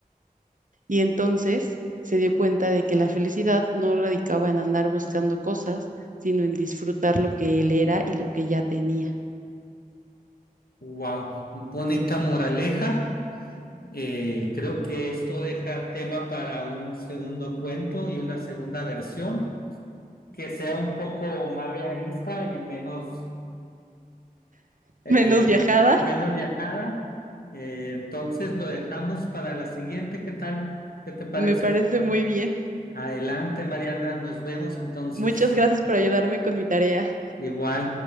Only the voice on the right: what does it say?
Y entonces se dio cuenta de que la felicidad no radicaba en andar buscando cosas, sino en disfrutar lo que él era y lo que ya tenía.
<laughs>
Menos viajada,
me parece muy bien.
Muchas gracias por ayudarme con mi tarea.